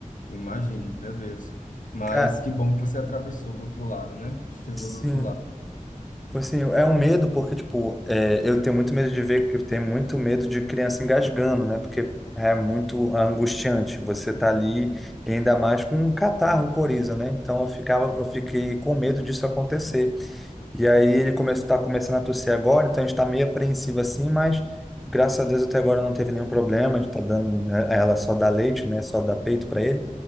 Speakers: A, on the left (about 70°); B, in the centre.
A: Eu imagino, meu Deus. Mas
B: Cara,
A: que bom que você atravessou do outro lado, né? Chegou
B: sim.
A: do outro lado.
B: Tipo Assim, é um medo porque, tipo, é, eu tenho muito medo de ver, eu tenho muito medo de criança engasgando, né? Porque é muito angustiante. Você tá ali, e ainda mais com um catarro, um coriza, né? Então eu ficava, eu fiquei com medo disso acontecer. E aí ele começou, tá começando a tossir agora, então a gente tá meio apreensivo assim, mas graças a Deus até agora não teve nenhum problema. A gente tá dando, né, ela só dá leite, né? Só dá peito para ele.